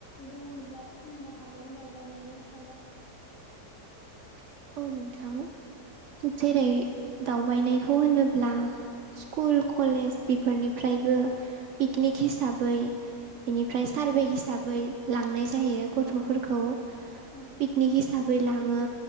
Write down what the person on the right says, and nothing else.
<inaudible> औ नोंथां जेरै दावबायनायखौ होनोब्ला स्कुल कलेज बेफोरनिफ्रायबो पिकनिक हिसाबै बेनिफ्राय सारभे हिसाबै लांनाय जायो गथ'फोरखौ
पिकनिक हिसाबै लाङो।